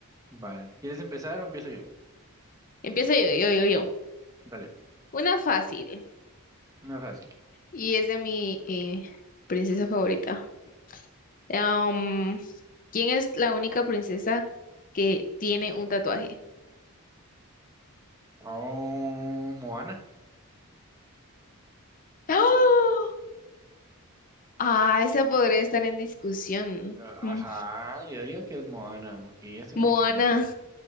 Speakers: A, on the right; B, on the left.
A: Va. ¿Quieres empezar o empiezo yo?
B: Empiezo yo, yo, yo, yo.
A: Dale, güey.
B: Una fácil,
A: Una fácil.
B: y es de mi eh, princesa favorita. Am, ¿quién es la única princesa que tiene un tatuaje?
A: Oh, Moana.
B: ¡Ah! Ah, esa podría estar en discusión.
A: Ah,
B: Mm.
A: Ajá, yo digo que es Moana, porque ella se
B: Moana,
A: mira que tiene teta.